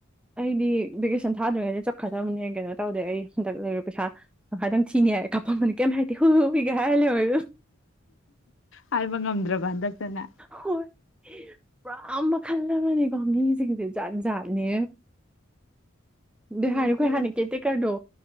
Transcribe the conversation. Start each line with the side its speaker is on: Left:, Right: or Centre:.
Centre: ꯑꯩꯗꯤ ꯚꯦꯀꯦꯁꯟ ꯊꯥꯗ꯭ꯔꯤꯉꯩꯗ ꯆꯠꯀꯗꯕꯅꯦ ꯀꯩꯅꯣ ꯇꯧꯗꯦ ꯑꯩ ꯍꯟꯗꯛ ꯂꯩꯔ ꯄꯩꯁꯥ ꯍꯥꯏꯥꯏꯗꯪ ꯊꯤꯅꯤ ꯍꯥꯏꯔꯦ ꯀꯥꯄꯕꯅꯤ ꯀꯩꯝ ꯍꯥꯏꯇꯦ ꯍꯨ ꯍꯨꯏꯒꯦ ꯍꯥꯏꯔ ꯂꯩꯔ
Left: ꯍꯥꯏꯕ ꯉꯝꯗ꯭ꯔꯕ ꯍꯟꯗꯛꯇꯅꯦ
Centre: ꯍꯣꯏ ꯄꯨꯔꯥ ꯃ ꯈꯜꯗ ꯃꯥꯅꯦ ꯀꯝꯁꯦ ꯖꯥꯠꯖ ꯍꯥꯜꯅꯤ ꯑꯗꯨ
Left: ꯍꯣꯁꯇꯦꯜ
Centre: ꯍꯥꯟꯅꯈꯣꯏ ꯍꯥꯟꯅ ꯀꯦꯠꯇꯦ ꯀꯅꯣ